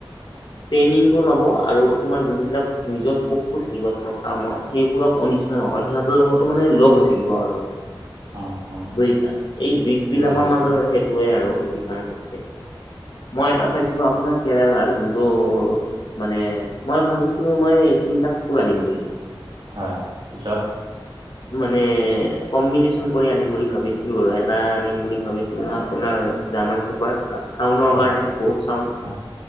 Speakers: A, on the left (about 55°); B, on the right (about 55°).
A: ট্ৰেইনিংটো ল'ব আৰু তোমাৰ যোনবিলাক নিজৰ পোকবোৰ থাকিব তোমাৰ ফাৰ্মৰ সেইবোৰক অনিষ্ট অ সিহঁতৰ লগতো মানে লগ হৈ থাকিব আৰু
B: উম, উম,
A: বুজিছা এই বিড বিলাকৰ
B: বুজিছো।
A: মাজৰ সেইটোয়ে আৰু ডিফাৰেঞ্চ থাকে মই এটা চাইছিলো আপোনাৰ কেৰেলাৰ যোনটো মানে মই ভাবিছিলো মই তিনটা কুকুৰ আনিম বুলি
B: হয় পিছত
A: মানে কম্বিনেচন কৰি আনিম বুলি ভাবিছিলো আৰু এটা আনিম বুলি ভাবিছিলো আপোনাৰ জাৰ্মান চিপাৰ চাউণ্ডৰ
B: হয়,
A: কাৰণে বহুত চাউণ্ড
B: হয়,